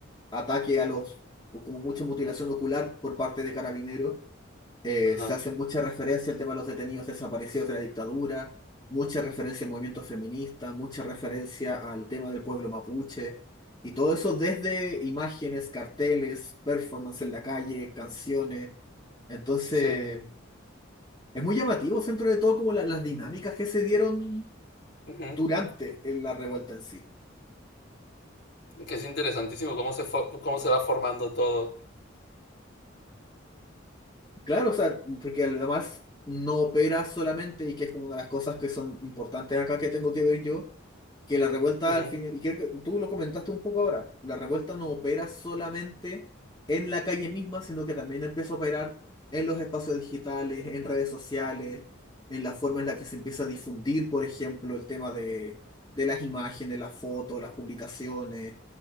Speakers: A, on the left; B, on the left.
A: ataque a los, o como mucho mutilación ocular por parte de carabineros. Eh,
B: ajá,
A: se hace mucha referencia al tema de los detenidos desaparecidos de la dictadura, mucha referencia al movimiento feminista, mucha referencia al tema del pueblo mapuche, y todo eso desde imágenes, carteles, performance en la calle, canciones. Entonces,
B: sí,
A: es muy llamativo dentro de todo como la- las dinámicas que se dieron
B: ujú,
A: durante la revuelta en sí.
B: Que es interesantísimo cómo se fo- cómo se va formando todo.
A: Claro, o sea, porque además no opera solamente y que es como una de las cosas que son importantes acá que tengo que ver yo, que la revuelta
B: Ujú,
A: al final, y que que tú lo comentaste un poco ahora, la revuelta no opera solamente en la calle misma, sino que también empieza a operar en los espacios digitales, en redes sociales, en la forma en la que se empieza a difundir, por ejemplo, el tema de, de las imágenes, las fotos, las publicaciones,